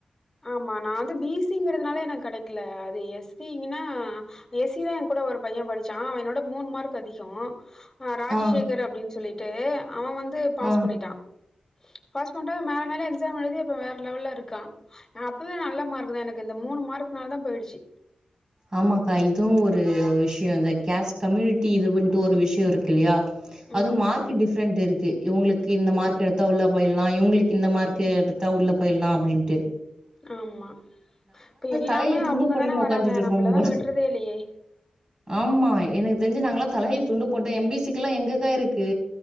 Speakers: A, on the left; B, on the right.
A: ஆமா நான் வந்து பிசிங்கிறதுனால எனக்கு கிடைக்கல அது எஸ்சின்னா எஸ்சி தான் என் கூட ஒரு பையன் படிச்சான் அவனோட மூணு மார்க் அதிகம் ஆஹ ராஜசேகர்
B: ஆ,
A: அப்படின்னு சொல்லிட்டு அத்தே அவன் வந்து பாஸ்
B: ஆ.
A: பண்ணிட்டான் பாஸ் பண்டா மேல மேல எக்ஸாம் எழுதி இப்ப வேற லெவல்ல இருக்கான் அப்போதான் நல்ல மார்க் தான் எனக்கு இந்த மூணு மார்க்னால தான் போயிடுச்சு
B: ஆமாக்கா இதுவும் ஒரு விஷயம் தா கேஸ்ட் கம்யூனிட்டி இதுவுன்டு ஒரு விஷயம் இருக்கு இல்லையா அதுவும்
A: ஆமா
B: மார்க் டிஃப்ரெண்ட் இருக்கு இவுங்களுக்கு இந்த மார்க் எடுத்தா உள்ள போயில்லாம் இவங்களுக்கு இந்த மார்க் எடுத்தா உள்ள போயில்லாம் அப்டின்ட்டு
A: ஆமா இப்ப எல்லாமே
B: தலையில துண்டு
A: அவுங்கதான
B: போட்டுன்னு
A: வராங்க
B: உட்காந்துட்டு இருக்கோம்
A: நம்மளதா
B: போல
A: விட்றதே இல்லையே
B: ஆமா எனக்கு தெரிஞ்சு நாங்களாம் தலையில துண்டு போட்டு எம்பிசிக்கு எல்லாம் எங்கக்கா இருக்கு